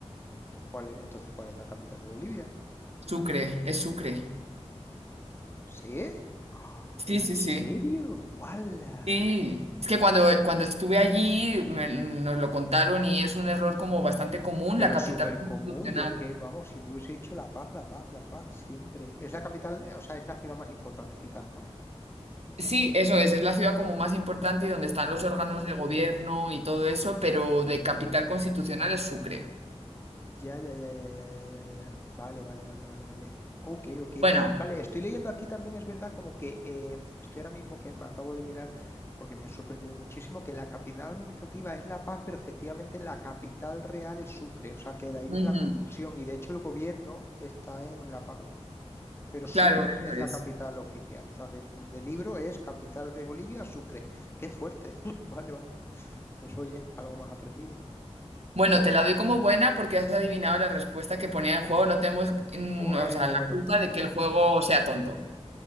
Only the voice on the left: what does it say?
¿Cuál es, entonces, cuál es la capital de Bolivia?
¿Sí?
¿En
serio? ¡Guau!
Pero
súper común,
yo es que, vamos, siempre hubiese dicho La Paz, La Paz, La Paz, siempre. Es la capital, eh, o sea, es la ciudad más importante quizás, ¿no?
Ah,
Ya, ya, ya, ya, ya, ya, ya, ya. Vale, vale, vale, vale, vale. Ok, ok.
Vale, estoy leyendo aquí también, es verdad, como que eh, estoy ahora mismo que me acabo de mirar, porque me he sorprendido muchísimo, que la capital administrativa es La Paz, pero efectivamente la capital real es Sucre, o sea que de ahí
viene la confusión y de hecho el gobierno está en La Paz. pero Sucre
es la
capital oficial. O sea que de libro es capital de Bolivia, Sucre. Qué fuerte. <laughs> Vale, vale. Pues oye, algo más aprendido.
Bueno,
bueno.
<laughs>